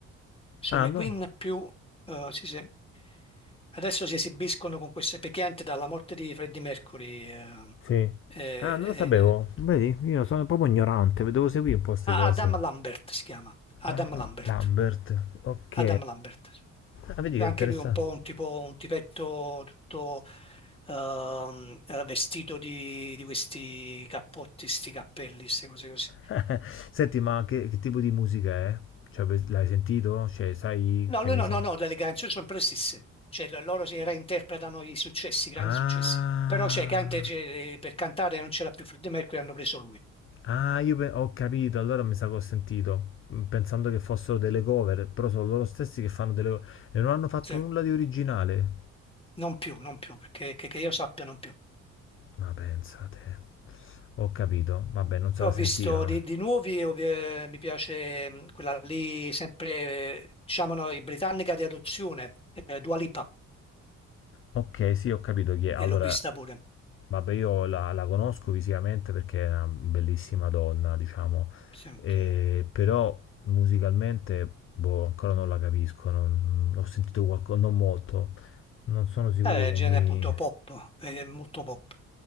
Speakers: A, on the left; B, on the left.
A: Sono
B: Ah,
A: i
B: no?
A: Queen più, eh, sì, sì. Adesso si esibiscono con queste pecchianti dalla morte di Freddie Mercury, eh,
B: Sì.
A: eh, eh,
B: Ah, non lo sapevo. Vedi, io sono proprio ignorante, devo seguire un po' queste cose.
A: Adam Lambert si chiama, Adam
B: Adam
A: Lambert,
B: Lambert, ok.
A: Adam Lambert.
B: Ah, vedi
A: Anche
B: che interessante.
A: lui è un po' un tipo, un tipetto tutto ehm, eh, vestito di, di questi cappotti, sti cappelli, queste cose così.
B: <laughs> Senti, ma che, che tipo di musica è? Cioè, per- l'hai sentito? Cioè, sai
A: No,
B: se
A: lui
B: mi
A: no,
B: se-
A: no, no, le canzoni sono sempre le stesse. Cioè, lo- loro si reinterpretano i successi, i grandi
B: Ah.
A: successi. Però, cioè, Gante, cioè, per cantare non c'era più Freddie Mercury, hanno preso lui.
B: Ah, io pe- ho capito, allora mi sa che ho sentito, mm, pensando che fossero delle cover, però sono loro stessi che fanno delle cover e non hanno fatto
A: Sì,
B: nulla di originale.
A: non più, non più, perché che, che io sappia non più.
B: Ma pensate, ho capito, vabbè, non se
A: Poi
B: la
A: ho visto
B: sentivano.
A: di, di nuovi, ov- eh, mi piace mh, quella lì, sempre, eh, diciamo, no, i britannica di adozione, eh, Dua Lipa,
B: Ok, sì, ho capito chi è. Allora,
A: e l'ho vista pure.
B: vabbè, io la, la conosco visivamente perché è una bellissima donna, diciamo,
A: sempre.
B: e- però musicalmente, boh, ancora non la capisco, non, ho sentito qualcosa, non molto. Non sono sicuro
A: Eh,
B: che
A: genere
B: mi,
A: appunto pop, eh, molto pop.